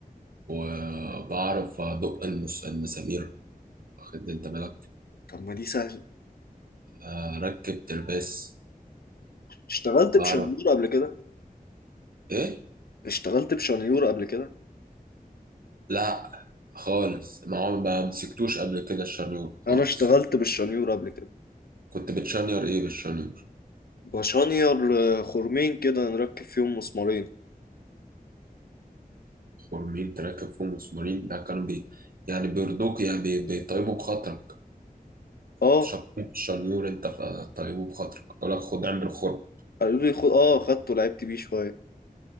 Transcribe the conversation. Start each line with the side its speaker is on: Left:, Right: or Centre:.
Right: وبعرف ادق المس- المسامير واخد انت بالك
Left: طب ما دي سهله
Right: آه، اركب ترباس
Left: اشتغلت
Right: بعرف
Left: بشنيور قبل كده
Right: ايه
Left: اشتغلت بشنيور قبل كده
Right: لا خالص ما عم- ما مسكتوش قبل كده الشنيور خالص
Left: انا اشتغلت بالشنيور قبل كده
Right: كنت بتشنير ايه بالشنيور
Left: بشنير آه، خرمين كده نركب فيهم مسمارين
Right: خرمين تركب فيهم مسمارين ده كانوا بي يعني بيرضوك يعني بي- بيطيبوا بخاطرك
Left: اه
Right: كنت شطين في الشنيور انت فطيبه بخاطرك يقول لك خد اعمل خرم
Left: قالوا لي خد اه خدته لعبت بيه شويه